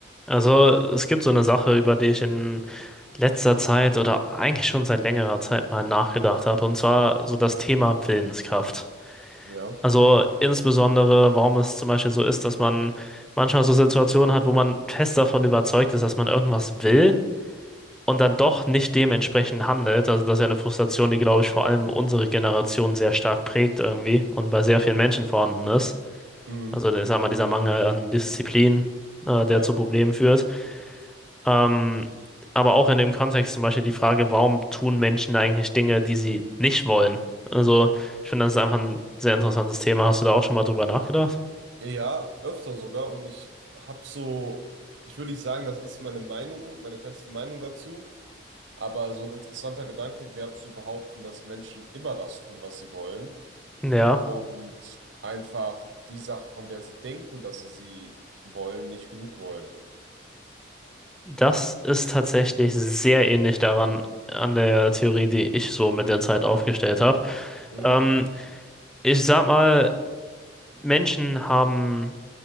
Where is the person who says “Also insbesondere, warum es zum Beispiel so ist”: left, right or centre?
Centre